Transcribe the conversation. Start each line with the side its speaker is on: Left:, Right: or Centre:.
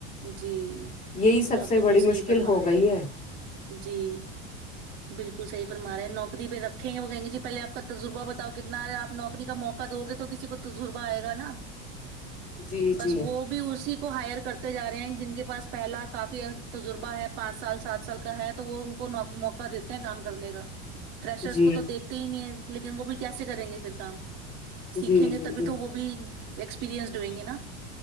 Right: جی
Left: یہی سب
Right: یہ آپ
Left: سے
Right: بلکل
Left: بڑی
Right: صحیح
Left: مشکل
Right: فرما
Left: ہو
Right: رہے
Left: گئی
Right: ہیں
Left: ہے
Right: جی بلکل صحیح فرماے ہیں نوکری بھی رکھیں گے وہ کہیں گے جی پہلے آپ تجربہ بتاؤ کتنا ہے نوکری کا موقع دو گے تو کسی کو تجربہ آئے گا نا
Left: جی
Right: بس
Left: جی
Right: وہ بھی اسی کو ہائر کر تے جا رہے ہیں جن کے پاس پہلا کافی تجربہ ہے پانچ سال سات سال کا ہے تو وہ ان کو موقعہ دیتے کام کرنے کا فریشرس
Left: جی
Right: کو تو دیتے ہی نہیں ہے لیکن وہ بھی کیسے کریں گے پھر کام سیکھیں
Left: جی جی
Right: گے تبھی
Left: جی
Right: تو وہ بھی ایکسپیرئنڈ ہوئیں گے نا